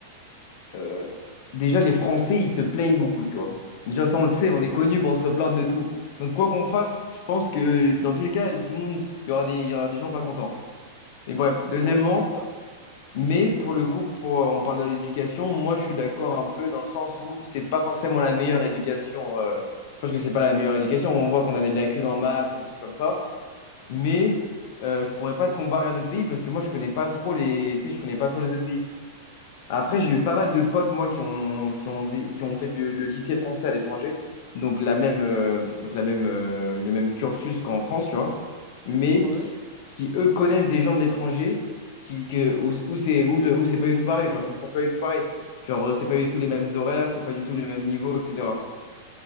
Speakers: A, on the left (about 55°); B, on the right (about 15°).
A: euh, déjà les Français ils se plaignent beaucoup, tu vois. Déjà ça on le sait, on est connu pour se plaindre de tout. Donc quoi qu'on fasse, je pense que dans tous les cas, tout le monde, il y aura des, il y aura des gens pas contents. Et bref, deuxièmement,
B: Ouais, je suis d'accord.
A: mais pour le coup, pour, on parle de l'éducation, moi je suis d'accord un peu dans le sens où c'est pas forcément la meilleure éducation. euh, je pense que c'est pas la meilleure éducation, on voit qu'on a des lacunes en maths ou des trucs comme ça. mais euh, je pourrais pas te comparer à d'autres pays parce que moi je connais pas trop les tu sais je connais pas trop les autres pays. Après j'ai eu pas mal de potes moi qui ont qui ont vé- qui ont fait du- le lycée français à l'étranger donc la même euh, donc la même euh, le même cursus qu'en France tu vois mais
B: Ouais.
A: qui, qui, eux connaissent des gens de l'étranger qui que, où, où c'est où le- où c'est pas du tout pareil genre ça se passe pas du tout pareil genre euh, c'est pas du tout les mêmes horaires c'est pas du tout les mêmes niveaux etc.